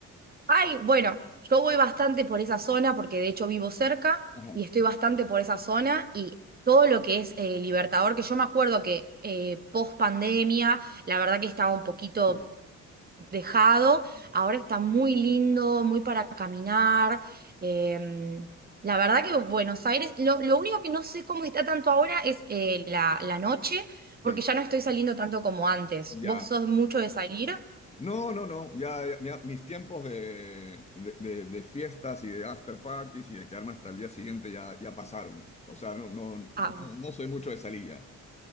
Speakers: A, on the right; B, on the left.
A: Ay, bueno, yo voy bastante por esa zona porque de hecho vivo cerca
B: Ajá.
A: y estoy bastante por esa zona y todo lo que es eh, Libertador, que yo me acuerdo que eh, post pandemia, la verdad que estaba un poquito
B: Sí.
A: dejado,
B: Ujú.
A: ahora está muy lindo, muy para caminar. eh, la verdad que Buenos Aires, lo, lo único que no sé cómo está tanto ahora es eh, la, la noche, porque
B: Sí.
A: ya no estoy saliendo tanto como antes.
B: Ya.
A: ¿Vos sos mucho de salir?
B: No, no, no. Ya, ya, mira, mis tiempos de, de, de- de fiestas y de after parties y de quedarme hasta el día siguiente ya, ya pasaron. O sea, no, no, no,
A: Ah,
B: no soy mucho de salir ya.